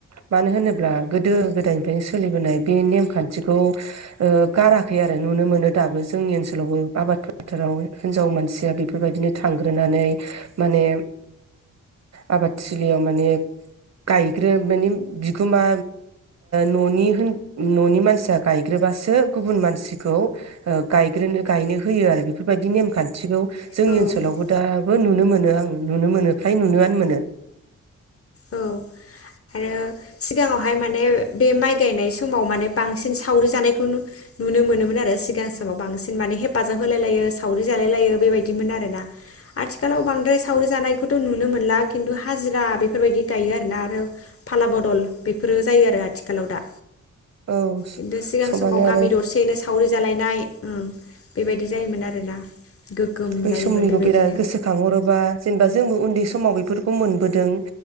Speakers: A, on the right; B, on the left.
A: मानो होनोब्ला गोदो गोदायनिफायनो सोलिबोनाय बे नेम खान्थिखौ ओ गाराखै आरो नुनो मोनो दाबो जोंनि ओनसोलावबो आबाद फोथाराव हिनजाव मानसिया बेफोरबायदिनो थांग्रोनानै माने आबादथिलियाव माने गायग्रो माने बिगोमा न'निहो-न'नि मानसिया गायग्रोबासो गुबुन मानसिखौ गायग्रोनो गायनो होयो आरो बेफोरबायदि नेमखान्थिखौ जोंनि
B: औ
A: ओनसोलाव दाबो नुनो मोनो आङो नुनो मोनो फ्राय नुनोआनो मोनो
B: औ आरो सिगाङावहाय माने बे माइ गायनाय समाव माने बां बांसिन सावरि जानायखौ नुनो मोनोमोन आरो सिगां समाव बांसिन माने हेफाजाब होलाय लायो सावरि जालाय लायो बेबायदिमोन आरोना आथिखालाव बांद्राय सावरि जानायखौथ' नुनो मोनला खिन्थु हाजिरा बे बेफोरबायदि गायो आरोना आरो फाला बदल बेफोरो जायो आरो आथिखालाव दा
A: औ
B: खिन्थु सिगां
A: सबानो
B: समाव गामि
A: आरो
B: दरसेयैनो सावरि जालायनाय ओ बेबायदि जायोमोन आरोना गोगोम
A: बै
B: जायोमोन
A: समनिखौ
B: बेबायदिनो
A: बिराद गोसोखांहरोबा जेनेबा जोंबो उन्दै समाव बेफोरखौ मोनबोदों